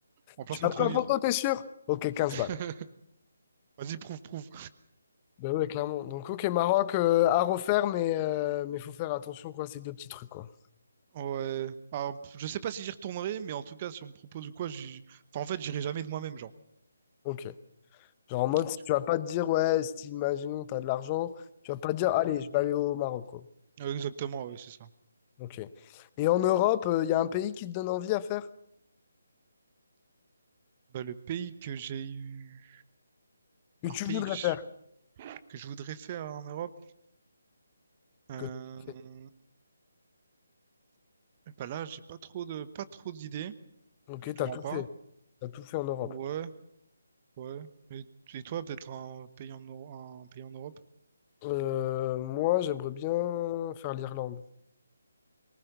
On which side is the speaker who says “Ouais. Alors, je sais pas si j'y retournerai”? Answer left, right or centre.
Right